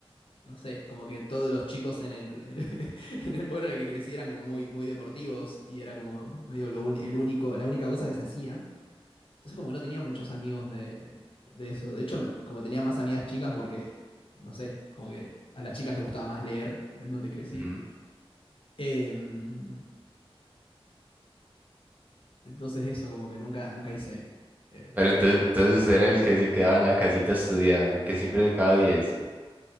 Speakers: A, on the left; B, on the right.
A: no sé, como que todos los chicos en el, el- <laughs> en el pueblo en el que crecí eran como muy, muy deportivos y era como medio lo un- el único, la única cosa que se hacía. Entonces como que no tenía muchos amigos de, de eso. De hecho, me- como que tenía más amigas chicas porque, no sé, como que a las chicas les gustaba más leer en donde crecí.
B: ujú.
A: Em, entonces eso, como que nunca, nunca hice. eh,
B: Pero entonces, entonces usted era el que se quedaba en la casita estudiando, el que siempre sacaba diez